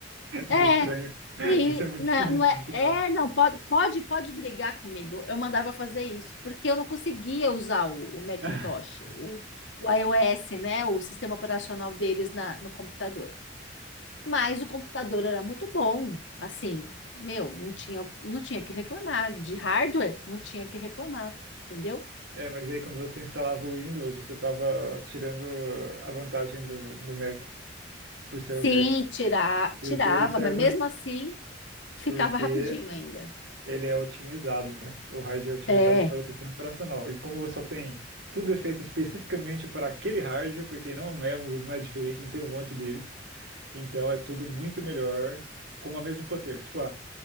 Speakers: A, on the left (about 80°); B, on the right (about 80°).
A: É,
B: Isso é estranho.
A: e
B: Isso é muito
A: na-
B: esquisito
A: não é,
B: de escutar.
A: é, não, pode, pode, pode brigar comigo. Eu mandava fazer isso, porque eu não conseguia usar o, o Macintosh,
B: <laughs>
A: o, o iOS, né? O sistema operacional deles na, no computador. Mas o computador era muito bom, assim, meu, não tinha, não tinha que reclamar. De hardware, não tinha que reclamar, entendeu?
B: É, mas aí quando você instalava o Windows, você estava tirando a vantagem do, do Mac, por ser o
A: Sim,
B: Mac.
A: tirar, tirava,
B: Porque ele só
A: mas
B: é muito,
A: mesmo assim ficava
B: porque
A: rapidinho ainda.
B: ele é otimizado, né? O hardware é otimizado
A: É,
B: para o sistema operacional. E como você só tem tudo é feito especificamente para aquele hardware, porque não é, mu- não é diferente, não tem um monte deles. Então é tudo muito melhor com o mesmo poder. Tipo, ah,